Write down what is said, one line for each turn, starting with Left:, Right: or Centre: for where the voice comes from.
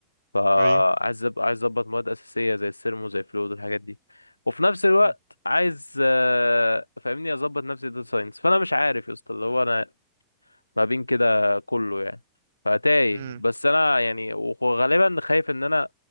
Left: فعايز
Right: ايوه
Left: أب- عايز اظبط مواد اساسيه زي السيرمو زي فلويد والحاجات دي وفي نفس الوقت
Right: مم.
Left: عايز آه، فاهمني اظبط نفسي داتا ساينس فانا مش عارف يا اسطى اللي هو انا ما بين كده كله يعني فتايه
Right: مم.
Left: بس انا يعني وغالبا خايف ان انا